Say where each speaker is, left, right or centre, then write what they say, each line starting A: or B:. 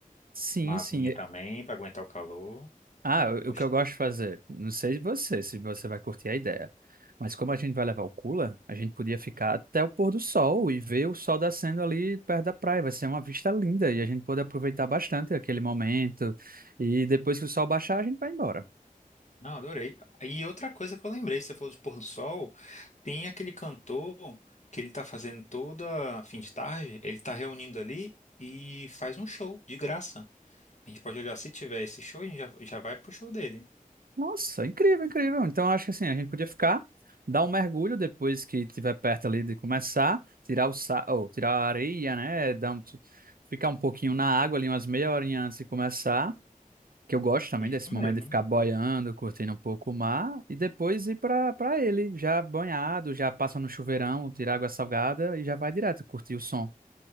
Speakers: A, on the right; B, on the left.
A: Sim,
B: Uma
A: sim.
B: aguinha também para aguentar o calor.
A: Ah,
B: Gostei.
A: o o que eu gosto de fazer, não sei você, se você vai curtir a ideia, mas como a gente vai levar o cooler, a gente podia ficar até o pôr do sol e ver o sol descendo ali perto da praia. Vai ser uma vista linda e a gente pode aproveitar bastante aquele momento. E depois que o sol baixar, a gente vai embora.
B: Não, adorei. E outra coisa que eu lembrei, você falou de pôr do sol, tem aquele cantor que ele tá fazendo toda fim de tarde, ele tá reunindo ali e faz um show de graça. A gente pode olhar, se tiver esse show, a gente já, já vai pro show dele.
A: Nossa, incrível, incrível. Então acho que assim, a gente podia ficar, dar um mergulho depois que tiver perto ali de começar, tirar o sa... ou tirar a areia, né? Dar um... Ficar um pouquinho na água ali, umas meia horinha antes de começar. que eu gosto também
B: Isso
A: desse
B: mesmo.
A: momento de ficar boiando, curtindo um pouco o mar e depois ir para para ele, já banhado, já passa no chuveirão, tira água salgada e já vai direto curtir o som.